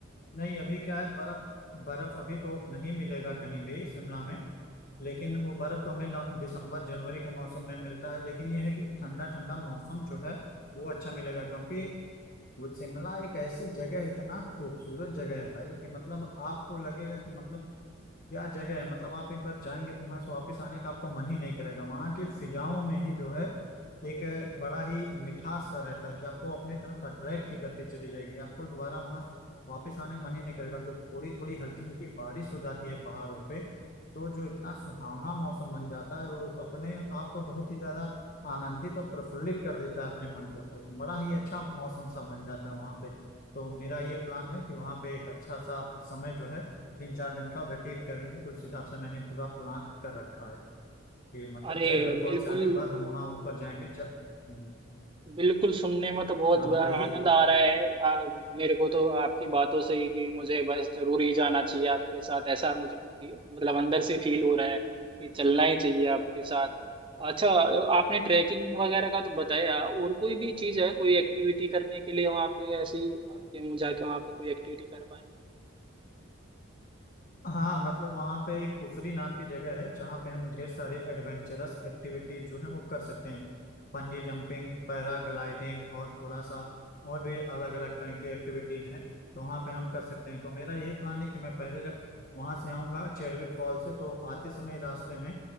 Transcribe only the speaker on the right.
अरे
बिल्कुल
बिल्कुल सुनने में तो बहुत
ब-
आनंद आ रहा है आ, मेरे को तो आपकी बातों से ही कि मुझे बस जरूर ही जाना चाहिए आपके साथ ऐसा मुझे फी- मतलब अंदर से फील हो रहा है कि चलना ही चाहिए आपके साथ अच्छा आपने ट्रैकिंग वगैरह का तो बताया और कोई भी चीज़ है कोई एक्टिविटी करने के लिए वहाँ पे ऐसी आप जाके वहाँ पे कोई एक्टिविटी कर पाए